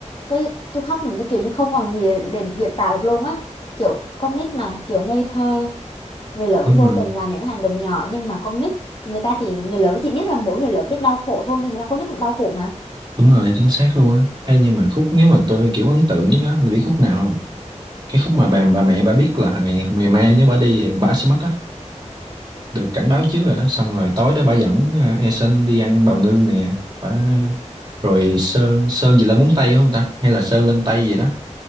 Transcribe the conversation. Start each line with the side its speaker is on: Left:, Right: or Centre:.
Left: cái tôi khóc mình cái kiểu như không còn gì để diễn tả được luôn á kiểu con nít mà kiểu ngây thơ người lớn
Right: đúng
Left: vô
Right: rồi
Left: tình làm những cái hành động nhỏ nhưng mà con nít người ta chỉ người lớn chỉ biết là mỗi người lớn biết đau khổ thôi nhưng thật ra con nít cũng đau khổ mà
Right: đúng rồi chính xác luôn á hay nhưng mà khúc nếu mà tôi kiểu ấn tượng nhất á là biết khúc nào không cái khúc
Left: khúc
Right: mà
Left: nào
Right: bà bà mẹ bà biết là ngày ngày mai nếu bà đi thì bà sẽ mất á được cảnh
Left: ừ.
Right: báo trước rồi đó xong rồi tối đó bà dẫn ờ, Eason đi ăn bào ngư nè bà rồi sơn sơn gì lên móng tay không ta hay là sơn lên tay gì đó